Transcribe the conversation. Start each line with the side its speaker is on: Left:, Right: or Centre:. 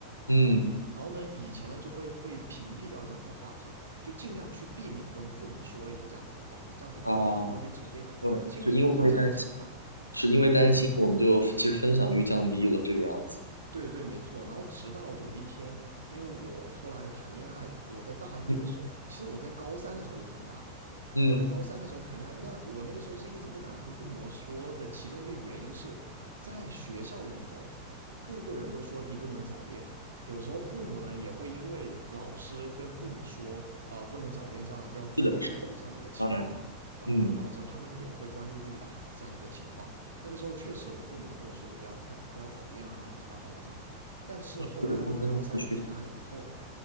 Left: 嗯
Right: 然后呢，以前呢就会会屏蔽掉这样子的话题，就尽量去避免跟父母说一个这样子的话题，这样子的话我就不会被责备到，
Left: 啊，对，
Right: 心里面会有这样子的想法。
Left: 就因为担心，是因为担心，
Right: 对。
Left: 我们就其实分享欲降低了这个样子。
Right: 对对，没错。然后直到有一天，因为我后来谈恋爱了，我在大一的时候，
Left: 嗯
Right: 其实我在高三的时候就谈恋爱了。
Left: 嗯
Right: 我在高三的时候谈恋爱，那我那个时候是一直不敢跟父母说的，其中一个原因是在学校里头，各个人都说你不能早恋。有时候父母呢也会因为老师跟父母说，呃，不能早恋，这样要注意孩子这样的一个情况，
Left: 是的，是当然，
Right: 然后呢，
Left: 嗯，
Right: 导致他们也会关注自己的孩子这样的一个情况。那个时候确实我父母也跟我说过，不要太不要早恋啊，乱七八糟的这样。但是后来我高三谈恋爱以后，
Left: 就是他们在学习，